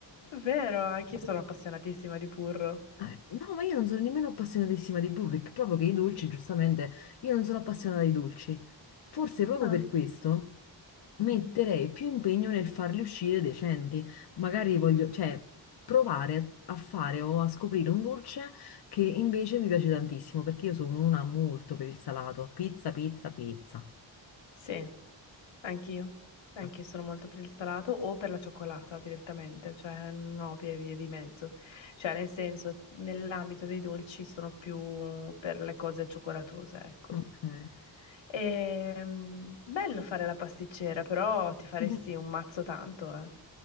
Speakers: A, on the left (about 80°); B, on the left (about 60°).
A: vero, anch'io sono appassionatissima di burro.
B: Eh, No, ma io non sono nemmeno appassionatissima di Burrick, proprio che i dolci, giustamente, io non sono appassionata di dolci. Forse proprio
A: Ah,
B: per questo metterei
A: Mhm.
B: più impegno nel farli uscire decenti. Magari voglio, cioè, provare a fare o a scoprire un dolce che invece mi piace tantissimo, perché io sono una molto per il salato. Pizza, pizza, pizza.
A: sì. Anch'io, anch'io
B: Ah,
A: sono molto per il salato o per la cioccolata direttamente, cioè non ho vie, vie di mezzo. Cioè, nel senso, nell'ambito dei dolci sono più per le cose cioccolatose, ecco.
B: Ok.
A: Ehm, bello fare la pasticcera, però ti faresti
B: <laughs>
A: un mazzo tanto, eh.